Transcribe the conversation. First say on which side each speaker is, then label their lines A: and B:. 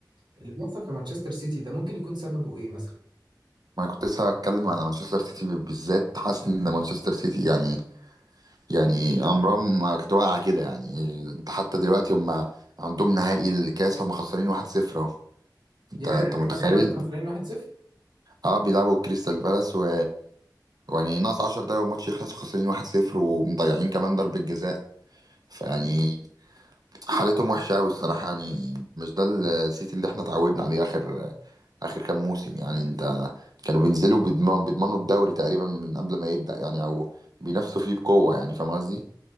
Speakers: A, on the right; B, on the right.
A: اللي بيحصل في مانشستر سيتي ده ممكن يكون سببه ايه مثلا
B: ما أنا كنت لسه هتكلم على مانشستر سيتي بالذات حاسس ان مانشستر سيتي يعني يعني عمرها ما كانت واقعه كده يعني انت حتى دلوقتي هم عندهم نهائي الكاس هم خسرانين 1-0 اهو انت
A: يا
B: انت
A: يعني
B: متخيل
A: هما دلوقتي خسرانين 1-0
B: اه بيلعبوا كريستال بالاس و يعني ناقص 10 دقايق والماتش يخلص وخسرانين 1-0 ومضيعين كمان ضربة جزاء فيعني حالتهم وحشة أوي الصراحة يعني مش ده السيتي اللي احنا اتعودنا عليه آخر آخر كام موسم يعني أنت كانوا بينزلوا بيضمن- بيضمنوا الدوري تقريبا من قبل ما يبدأ يعني أو بينافسوا فيه بقوة يعني فاهم قصدي؟